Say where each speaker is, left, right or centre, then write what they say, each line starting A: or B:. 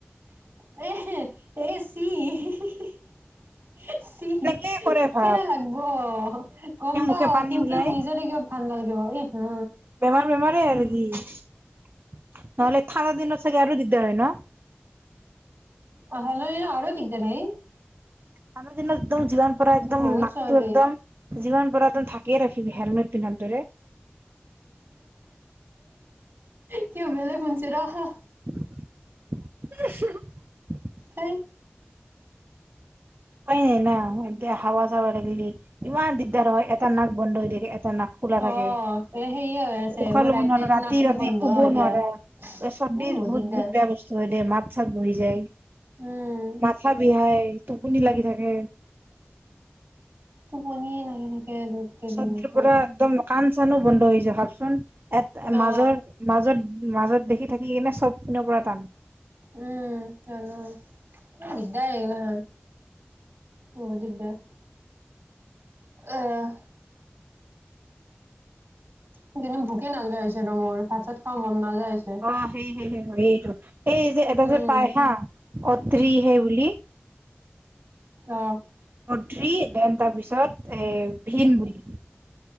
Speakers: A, on the right; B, on the right.
A: <unintelligible>
B: এ কৰে ভ
A: কেনে লাগব গম
B: মুখে
A: পাও
B: পানী
A: কিন্তু
B: ওলাই
A: নিজৰে কিবা ভাল নালাগিব এই হু।
B: বেমাৰ বেমাৰেই আৰু কি নহলে ঠাণ্ডা দিনত চাগে আৰু দিগদাৰ হয় ন?
A: অ হ'লেই আৰু দিগদাৰেই।
B: ঠাণ্ডা দিনত একদম যিমান পাৰা একদম
A: বহুত
B: নাকটো
A: চৰ্দি
B: একদম যিমান পাৰা ধাকিয়ে ৰাখিবি হেলমেট পিন্ধাৰটোৰে।
A: কিবা বেলেগ শুনিছে ৰ।
B: <unintelligible>
A: হেই।
B: উপাই নাই না, এতিয়া হাৱা চাৱাৰ লাগিলি ইমান দিগদাৰ হয়। এটা নাক বন্ধ হৈ থাকে এটা নাক খোলা থাকে।
A: অ এ সেয়ে হৈ আছে
B: উশাহ
A: মোৰ
B: ল'ব
A: ৰাইট
B: নোৱাৰো
A: লেফ
B: ৰা ৰাতি
A: নাকটো
B: ৰাতি
A: বন্ধ
B: শুব
A: এতিয়া
B: নোৱাৰা, চদিৰ
A: উম
B: বহুত
A: দিগদাৰ
B: বেয়া বস্তু হয় দেই মাত চাত বহি যায়।
A: উমঁ।
B: মাথা বিষাই, টোপনি লাগি থাকে।
A: টোপনিয়ে লাগি থাকে। গোটেই
B: চৰ্দিৰ
A: দিনটো
B: পৰা একদম কাণ চানো বন্ধ হৈ যায় ভাবচোন। এট
A: অ
B: মাজৰ মাজত-মাজত দেখি থাকি কিনে চবপিনৰ পৰা টান।
A: উমঁ' জানোঁ দিগদাৰ <unintelligible> বহুত দিগদাৰ। এহ। এইকেইদিন ভোকে নালগা হৈছে মোৰ ভাত চাত খাব মন নাযায় হৈছে।
B: অঁ' সেই সেই সেইটো। এই যে এটা
A: উম
B: যে পাই হা' অতি হে বুলি।
A: অহ
B: অটি তাৰপিছত এ ভিন বুলি।